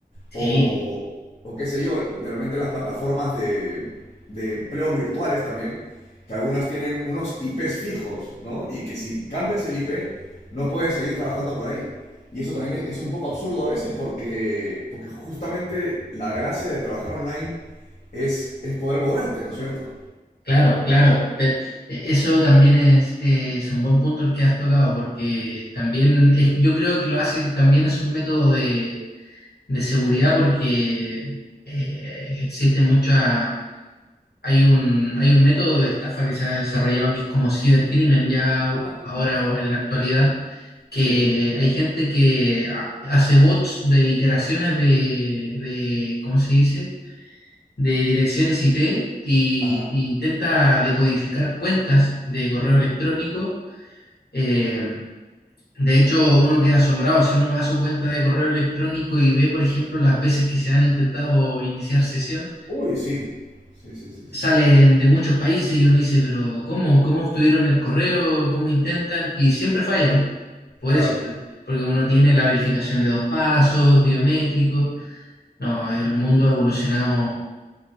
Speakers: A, on the left; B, on the left.
A: sí.
B: O, o qué sé yo, de repente las plataformas de, de empleos virtuales también que algunas tienen unos IPs fijos, ¿no? Y que si cambias el IP, no puedes seguir trabajando por ahí. Y eso también es un poco absurdo a veces porque, porque justamente la gracia de trabajar online es, es poder moverte, ¿no es cierto?
A: Claro, claro. Pe- e- Eso también es, eh, es un buen punto el que has tocado, porque también es- yo creo que lo hace, también es un método de, de seguridad, porque eh, existe mucha, hay un, hay un método de estafa que se ha desarrollado que es como cibercrimen ya u-
B: Ajá.
A: ahora o en la actualidad, que
B: Sí.
A: hay gente que ha- hace bots de iteraciones de, de ¿cómo se dice? de direcciones IP y,
B: Ajá.
A: y intenta decodificar cuentas de correo electrónico. Eh, de hecho, uno queda asombrado si uno va a su cuenta de correo electrónico y ve, por ejemplo, las veces que se han intentado iniciar sesión.
B: Uy, sí. Sí, sí, sí, sí,
A: Salen
B: sí.
A: de muchos países y uno dice, pero ¿cómo, cómo obtuvieron el correo? ¿Cómo intentan? Y siempre fallan. Por
B: Claro.
A: eso, porque uno tiene la verificación de dos pasos, biométrico. No, el mundo ha evolucionado